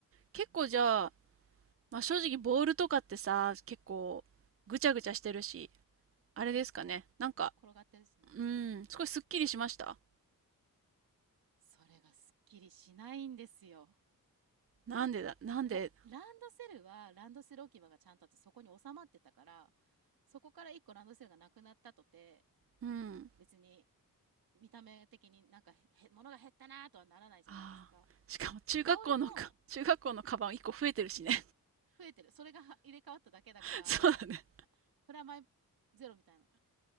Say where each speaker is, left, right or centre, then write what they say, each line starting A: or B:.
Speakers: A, on the right (about 40°); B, on the right (about 75°).
A: 結構じゃあ、
B: うん
A: まあ正直ボールとかってさ、結構ぐちゃぐちゃしてるし、あれですかね。なんか、
B: そう転がってるしね
A: うん、少しすっきりしました
B: それがすっきりしないんですよ。
A: なんでだ、なんで、
B: ラランドセルは、ランドセル置き場がちゃんとあって、そこに収まってたから、そこから1個ランドセルがなくなったとて、
A: うん。
B: 別に見た目的になんか、へ物が減ったなとはならないじゃないですか。
A: ああ。しかも中学校のか、
B: で、ボールも、
A: 中学校のカバン1個増えてるしね。
B: そう、増えてる。それがは入れ替わっただけだから、
A: <laughs> そうだね。
B: プラマイゼロみたいな。